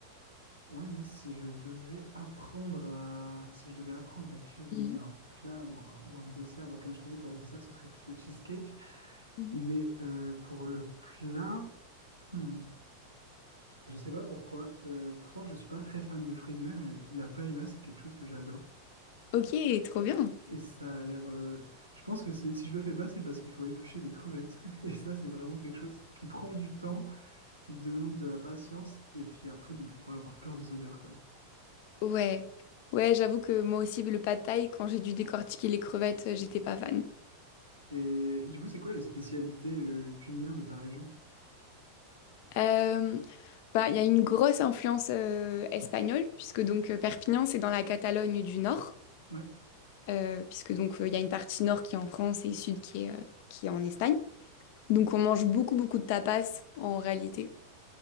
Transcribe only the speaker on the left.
Mhm.
Mhm.
Ok, trop bien.
Ouais. Ouais, j'avoue que moi aussi, le pad thaï, quand j'ai dû décortiquer les crevettes, euh, j'étais pas fan.
Euh, bah, il y a une grosse influence euh, espagnole, puisque donc euh, Perpignan, c'est dans la Catalogne du Nord,
euh, puisque donc euh, il y a une partie nord qui est en France et sud qui est, euh, qui est en Espagne. Donc on mange beaucoup beaucoup de tapas en réalité.